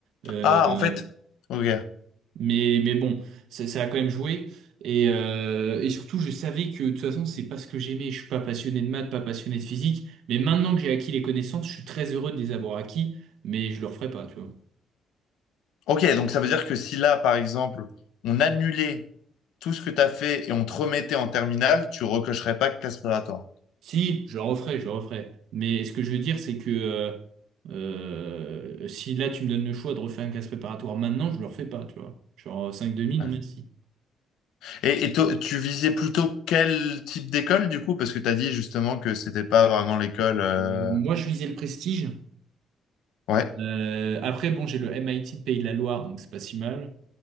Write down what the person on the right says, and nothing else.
Euh,
mais, mais bon, ça, ça a quand même joué. Et, euh, et surtout, je savais que de toute façon, c'est pas ce que j'aimais. Je suis pas passionné de maths, pas passionné de physique. Mais maintenant que j'ai acquis les connaissances, je suis très heureux de les avoir acquis, mais je le referai pas, tu vois.
Si, je le referai, je le referai. Mais ce que je veux dire, c'est que euh, euh, si là, tu me donnes le choix de refaire un classe préparatoire maintenant, je le refais pas, tu vois. Genre 5 demi, non
merci.
Euh, moi, je visais le prestige.
Euh, après, bon, j'ai le MIT de Pays de la Loire, donc c'est pas si mal.